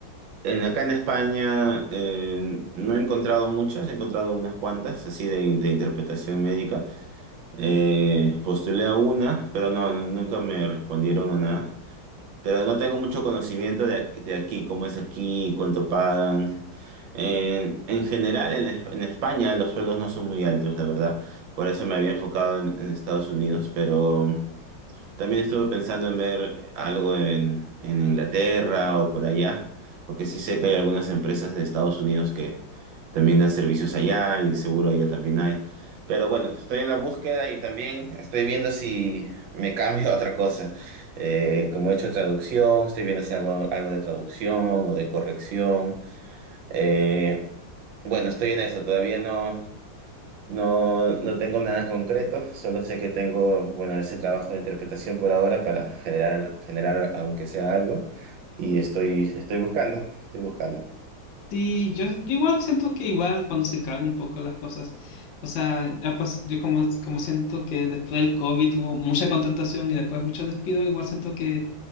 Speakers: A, on the right; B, on the left.
A: en, acá en España eh, no he encontrado muchas, he encontrado unas cuantas, así de, de interpretación médica. Eh, postulé a una, pero no, nunca me respondieron a nada. pero no tengo mucho conocimiento de, ac- de aquí, cómo es aquí, cuánto pagan. En, en general, en, Es- en España los sueldos no son muy altos, la verdad. Por eso me había enfocado en, en Estados Unidos, pero también estuve pensando en ver algo en, en Inglaterra o por allá, porque sí sé que hay algunas empresas de Estados Unidos que también dan servicios allá y seguro allá también hay. Pero bueno, estoy en la búsqueda y también estoy viendo si me cambio a otra cosa. Eh, como he hecho traducción, estoy viendo si hago algo de traducción o de corrección. Eh, bueno, estoy en eso, todavía no. No, no tengo nada concreto, solo sé que tengo, bueno, ese trabajo de interpretación por ahora para generar, generar aunque sea algo, y estoy, estoy buscando, estoy buscando.
B: Sí, yo, yo igual siento que igual cuando se calmen un poco las cosas, o sea, ya pas- yo como, como siento que después del COVID hubo mucha contratación y después mucho despido, igual siento que